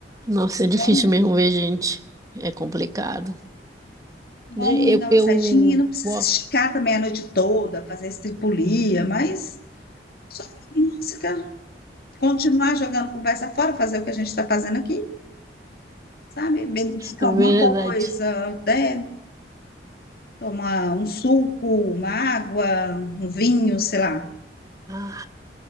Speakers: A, on the right (about 20°); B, on the left (about 55°).
A: Nossa,
B: Bom,
A: é difícil mesmo ver gente. É complicado,
B: bom
A: né? Eu,
B: dar
A: eu,
B: uma saidinha, não precisa
A: ó,
B: esticar também a noite toda, fazer estripulia, mas só música, continuar jogando conversa fora, fazer o que a gente está fazendo aqui, sabe? Beber
A: é
B: alguma
A: verdade.
B: coisa, né? Tomar um suco, uma água, um vinho, sei lá.
A: Ah,